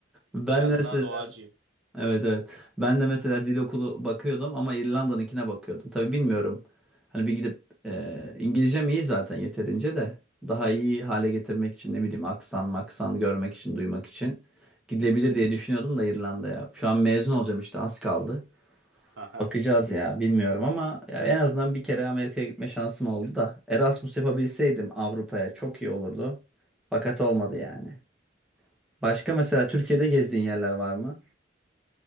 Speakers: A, in the centre; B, on the right (about 80°).
A: Ben
B: Biraz
A: mesela
B: daha doğacıyım.
A: evet evet. Ben de mesela dil okulu bakıyordum ama İrlanda'nınkine bakıyordum. Tabii bilmiyorum. Hani bir gidip e, İngilizcem iyi zaten yeterince de daha iyi hale getirmek için ne bileyim aksan maksan görmek için duymak için gidilebilir
B: Hı
A: diye
B: hı.
A: düşünüyordum da İrlanda'ya. Şu an mezun olacağım işte az kaldı.
B: Aha.
A: Bakacağız ya bilmiyorum ama ya en azından bir kere Amerika'ya gitme şansım oldu da Erasmus yapabilseydim Avrupa'ya çok iyi olurdu. Fakat olmadı yani. Başka mesela Türkiye'de gezdiğin yerler var mı?